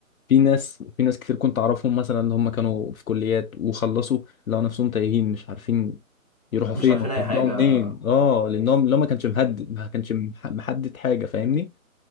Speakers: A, on the left (about 75°); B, on the left (about 30°).
A: في ناس في ناس كتير كنت اعرفهم مثلا اللي هم كانوا في كليات وخلصوا لقوا نفسهم تايهين مش عارفين يروحوا
B: مش
A: فين
B: عارفين
A: <laughs> ويبدأوا
B: اي حاجة
A: منين اه لانهم لو ما كانش مهدد ما كانش مح- محدد حاجة فاهمني